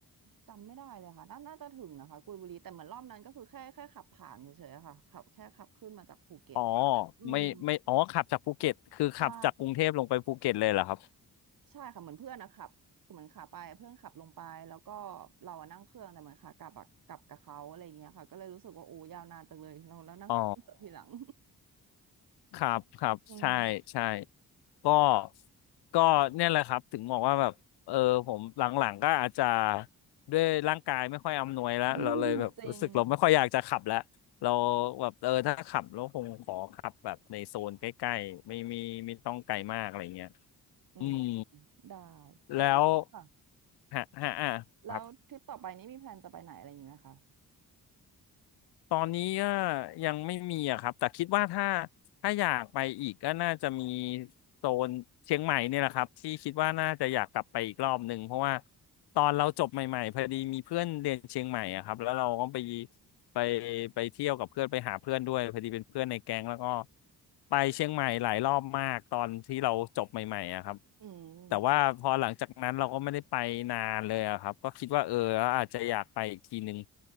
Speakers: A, on the right; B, on the left.
A: จำไม่ได้เลยค่ะน่าน่าจะถึงนะคะกุยบุรีแต่เหมือนรอบนั้นก็คือแค่แค่ขับผ่านเฉยๆอะค่ะขับแค่ขับขึ้นมาจากภูเก็ตอะอืม
B: อ๋อไม่ไม่อ๋อขับจากภูเก็ตคือขับจากกรุงเทพลงไปภูเก็ตเลยเหรอครับ
A: ใช่ ใช่ค่ะเหมือนเพื่อนนะขับคือเหมือนขาไปเพื่อนขับลงไปแล้วก็เราอะนั่งเครื่องแต่เหมือนขากลับอะกลับกับเขาอะไรอย่างเงี้ยค่ะก็เลยรู้สึกว่าโอ้ยาวนานจังเลยเราแล้วนั่งเครื่องเถอะทีหลัง
B: อ๋อ ครับครับใช่ใช่
A: อืม
B: ก็ก็เนี่ยแหละครับถึงบอกว่าแบบเออผมหลังๆก็อาจจะด้วยร่างกายไม่ค่อยอำนวยแล้วเราเลยแบบรู้สึกเราไม่ค่อยอยากจะขับแล้วเรา
A: <laughs> จริง
B: แบบเออถ้าขับเราคงขอขับแบบในโซนใกล้ๆไม่มีไม่ต้องไกลมากอะไรเงี้ย
A: อืม
B: อืม
A: ได้แล้วค่ะ
B: แล้วฮะฮะอ่ะครับ
A: แล้วทริปต่อไปนี้มีแพลนจะไปไหนอะไรอย่างงี้ไหมคะ
B: ตอนนี้ก็ยังไม่มีอะครับแต่คิดว่าถ้าถ้าอยากไปอีกก็น่าจะมีโซนเชียงใหม่เนี่ยแหละครับที่คิดว่าน่าจะอยากกลับไปอีกรอบหนึ่งเพราะว่าตอนเราจบใหม่ๆพอดีมีเพื่อนเรียนเชียงใหม่อะครับแล้วเราก็ไปไปไปเที่ยวกับเพื่อนไปหาเพื่อนด้วยพอดีเป็นเพื่อนในแก๊งแล้วก็ไปเชียงใหม่หลายรอบมากตอนที่เราจบใหม่ๆอะครับ
A: อืมค่ะ
B: แต่ว่าพอหลังจากนั้นเราก็ไม่ได้ไปนานเลยอะครับก็คิดว่าเอออาจจะอยากไปอีกทีหนึ่ง